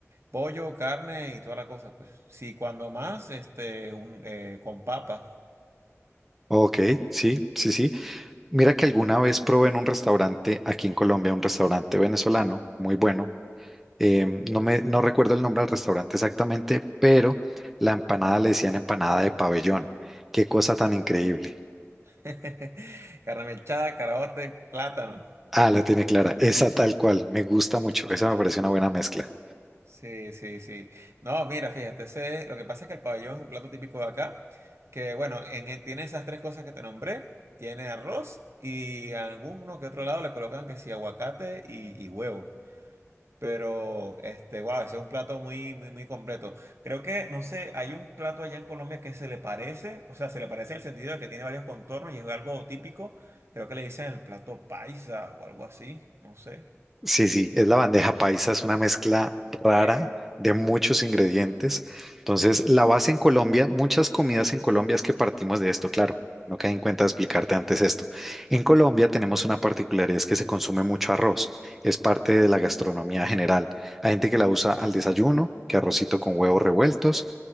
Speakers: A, on the right; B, in the centre.
A: pollo, carne y toda la cosa, pues, sí, cuando más, este, un, eh, con papa,
B: Ok, sí, sí, sí. Mira que alguna vez probé en un restaurante aquí en Colombia, un restaurante venezolano muy bueno. Em, no me, no recuerdo el nombre del restaurante exactamente, pero la empanada le decían empanada de pabellón. Qué cosa tan increíble.
A: <laughs> carne mechada, caraote, plátano.
B: Ah, la tiene clara. Esa tal cual. Me gusta mucho. Esa me parece una buena mezcla.
A: Sí, sí, sí. No, mira, fíjate, ese- lo que pasa es que el pabellón es un plato típico de acá, que bueno, en, eh, tiene esas tres cosas que te nombré, tiene arroz y a alguno que otro lado le colocan que sí, aguacate y, y huevo. Pero, este, wow, ese es un plato muy, muy, muy completo. Creo que, no sé, hay un plato allá en Colombia que se le parece, o sea, se le parece en el sentido de que tiene varios contornos y es algo típico. Creo que le dicen el plato paisa o algo así, no sé.
B: Sí, sí, es la bandeja paisa, es una mezcla rara
A: Eh,
B: de muchos ingredientes. Entonces, la base en Colombia, muchas comidas en Colombia es que partimos de esto, claro. No caí en cuenta de explicarte antes esto. En Colombia tenemos una particularidad, es que se consume mucho arroz. Es parte de la gastronomía general. Hay gente que la usa al desayuno, que arrocito con huevos revueltos,